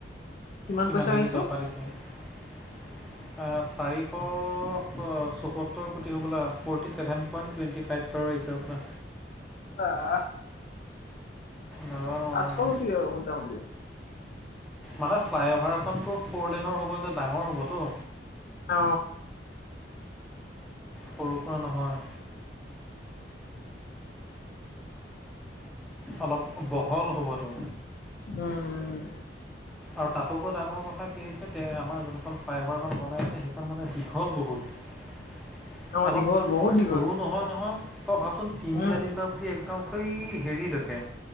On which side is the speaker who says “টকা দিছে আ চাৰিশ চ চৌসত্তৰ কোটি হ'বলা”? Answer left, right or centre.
Centre